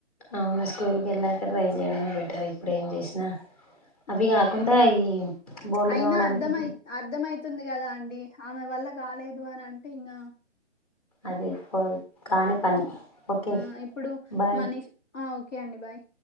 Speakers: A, on the left (about 30°); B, on the left (about 90°).
A: అవును స్కూల్ కి ఎళ్ళాక ట్రై చేయడమే బెటర్ ఇప్పుడేం జేసినా అవి
B: ఆ
A: గాకుండా ఈ బోర్లు
B: అయినా
A: దోమడానికి
B: అర్థమయి అర్థమయితుంది గదా అండి ఆమె వల్ల కాలేదు అని అంటే ఇంగ
A: అది ఇప్పు కాణి పని ఓకే
B: ఆ ఇప్పుడు
A: బాయ్
B: మనీష్ ఆ ఓకే అండి బాయ్